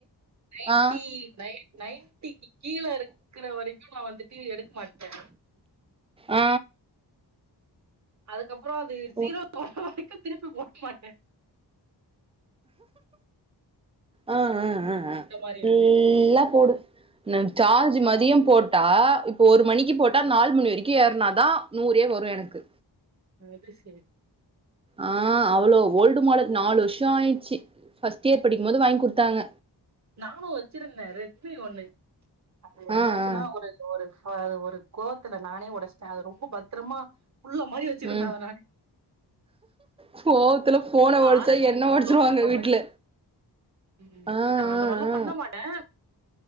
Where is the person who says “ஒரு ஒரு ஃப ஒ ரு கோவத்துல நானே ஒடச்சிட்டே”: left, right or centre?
Right